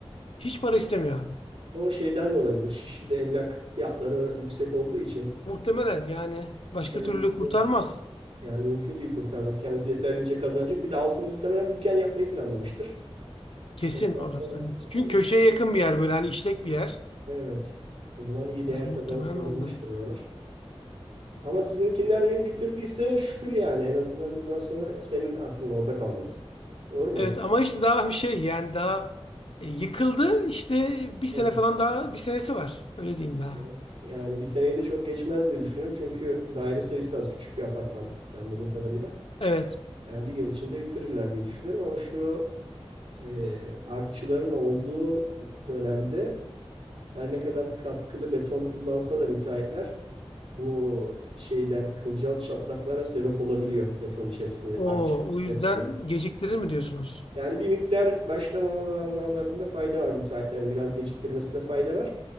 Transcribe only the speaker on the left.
Hiç para istemiyor abi.
Muhtemelen yani başka
türlü kurtarmaz.
Kesin
orası. Evet. Çünkü
köşeye yakın bir yer böyle hani işlek bir yer.
Yani muhtemelen
ondan.
Evet ama işte daha bir şey yani daha e, yıkıldı işte bir sene
falan daha bir senesi var. Öyle diyeyim daha.
Evet.
O
o yüzden
geciktirir mi diyorsunuz?